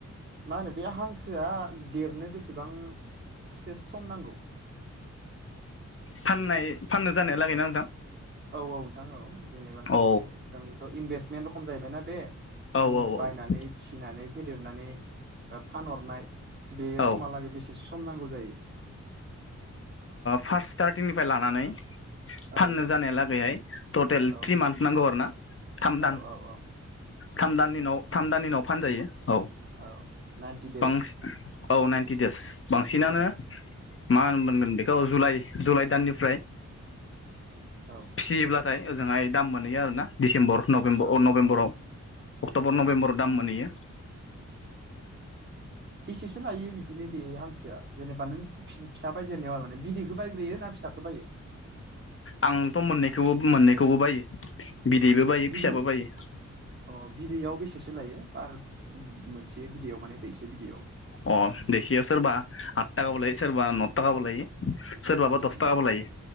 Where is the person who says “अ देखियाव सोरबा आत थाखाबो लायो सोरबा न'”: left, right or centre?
Left